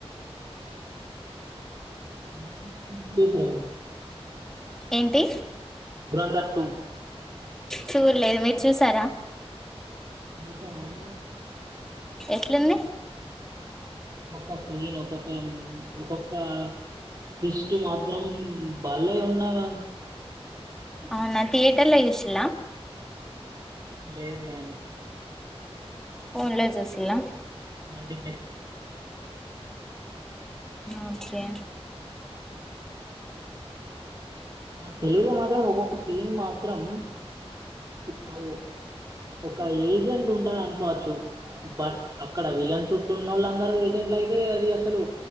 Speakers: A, on the right; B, in the centre.
A: <unintelligible>
B: ఏంటి
A: దూరంధర్ టు
B: చూడలేదు మీరు చూసారా
A: చూశా గానీ
B: ఎట్లుంది
A: పక్క సన ఒక్కొక్క ఒక్కొక్క <unintelligible> మాత్రం బళ్లే ఉన్నామా
B: అవునా థియేటర్ చూసిలా
A: లేదు మమ్
B: ఫోన్ చూసిలా
A: మల్టీపక్స్
B: ఓకే
A: తెలుగులో మాత్రం ఒక్కొక్క సీన్ మాత్రం ఇప్పుడు ఒక ఏజెంట్ ఉ <unintelligible> బట్ అక్కడ విలన్ చుట్టూ ఉన్న వాళ్ళు అందరు ఏజెంట్ అయితే అది అసలు